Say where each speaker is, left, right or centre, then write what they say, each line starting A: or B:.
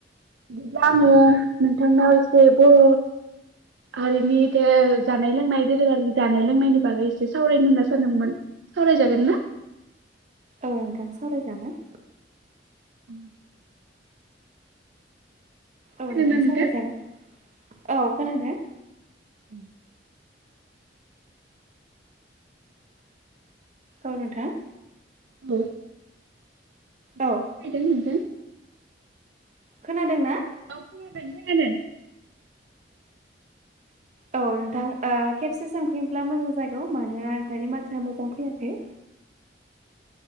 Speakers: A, on the right; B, on the right.
A: बिदिब्ला आङो नोंथांनाव एसे बर' हारिनि इदि जानाय लोंनाय दोरोङारि जानाय लोंनायनि बागै एसे सावरायनो होनना सानदोंमोन। सावरायजागोन ना
B: औ नोंथां सावरायजागोन
A: <unintelligible> खोनादोंना
B: औ नोंथांङा
A: नोंथां
B: सावरायजागोन औ खोनादों
A: उं
B: ओ नोंथां
A: औ फैदों
B: औ
A: नोंथां
B: खोनादों ना
A: औ खोनादों-खोनादों <unintelligible>
B: औ नोंथां ओ खेबसे सोंफैयोब्ला मोजां जागौ मानोना नोंथांनि माथोआ मोजां फैयाखै